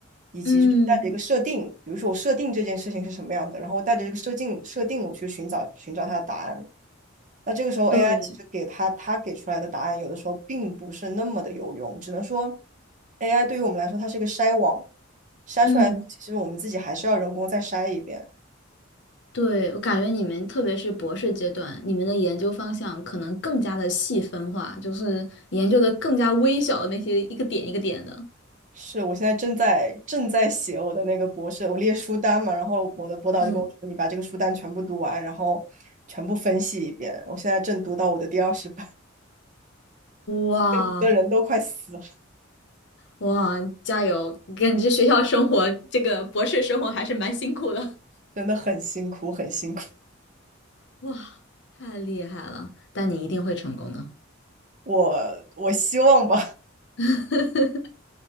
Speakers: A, on the right; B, on the left.
A: 以及就是带着一个设定，
B: 嗯，
A: 比如说我设定这件事情是什么样的，然后带着这个设定设定我去寻找寻找它的答案。那这个时候
B: 对，
A: AI 其实给他他给出来的答案，有的时候并不是那么的有用，只能说 AI 对于我们来说，它是一个筛网，筛出来的东西其实我们自己还是要人工再筛一遍。
B: 嗯。对，我感觉你们特别是博士阶段，你们的研究方向可能更加的细分化，就是研究的更加微小的那些一个点一个点的。
A: 是我现在正在正在写我的那个博士，我列书单嘛，然后我的博导就跟我说，
B: 嗯，
A: 你把这个书单全部读完，然后全部分析一遍。我现在正读到我的第二十版，
B: 哇
A: <laughs> 读的人都快死了，
B: 哇，加油！感觉学校生活这个博士生活还是蛮辛苦的。
A: 真的很辛苦，很辛苦。
B: 哇，太厉害了！但你一定会成功的。
A: 我我希望吧，
B: <laughs>